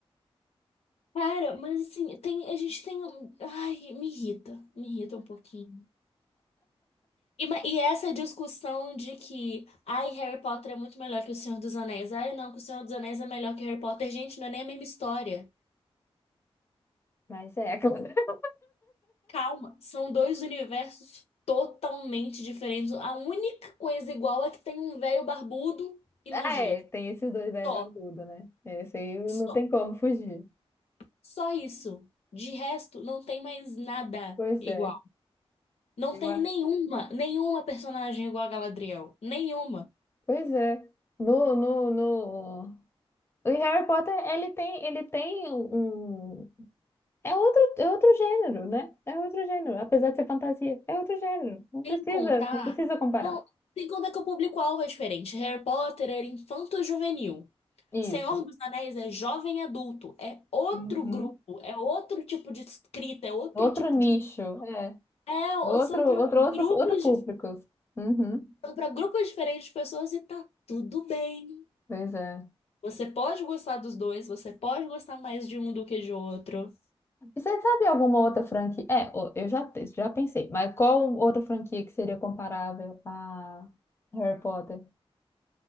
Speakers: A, on the left; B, on the left.
A: Cara, mas assim, tem, a gente tem. um- Ai, me irrita. Me irrita um pouquinho. E, ma- e essa discussão de que, ai, Harry Potter é muito melhor que O Senhor dos Anéis, ai, não, que O Senhor dos Anéis é melhor que Harry Potter, gente, não é nem a mesma história.
B: Mas é, aquela- <laughs>
A: Calma, são dois universos totalmente diferentes. A única coisa igual é que tem um velho barbudo e
B: ah,
A: magia.
B: é, tem esses dois bebés
A: Só,
B: barbudo, né? Esse aí não
A: só,
B: tem como fugir.
A: só isso. De resto, não tem mais nada
B: Pois
A: igual.
B: é.
A: Não
B: Eu
A: tem nenhuma, nenhuma personagem igual a Galadriel. Nenhuma.
B: Pois é. No, no, no... O Harry Potter, ele tem, ele tem um... um- É outro, é outro gênero, né? É outro gênero. Apesar de ser fantasia, é outro gênero. Não precisa,
A: Sem contar.
B: não precisa comparar.
A: Não, sem contar que o público-alvo é diferente. Harry Potter era infanto-juvenil.
B: Isso.
A: Senhor dos Anéis é jovem adulto. É outro
B: Uhum.
A: grupo, é outro tipo de escrita, é outro
B: Outro
A: tipo
B: nicho,
A: de.
B: é.
A: É,
B: Outro,
A: são para
B: outro,
A: grupos,
B: outros, outro público.
A: dif-
B: Uhum.
A: são para grupos diferentes de pessoas e tá tudo bem.
B: Pois é.
A: Você pode gostar dos dois, você pode gostar mais de um do que de outro.
B: E você sabe alguma outra franquia? É, o- eu já, te- já pensei. Mas qual outra franquia que seria comparável a Harry Potter?